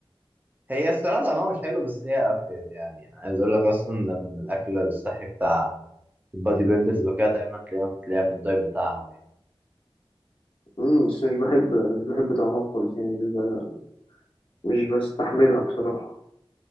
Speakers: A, on the right; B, on the left.
A: هي الصراحه طعمها مش حلو بس هي افيد يعني عايز اقول لك اصلا ده من الاكل الصحي بتاع البادي بيلدرز وكده دايما تلاقيها تلاقيها في الدايت بتاعهم يعني
B: مم، بس مش بحب مش بحب طعمها خالص يعني مش ب- مش بستحملها بصراحة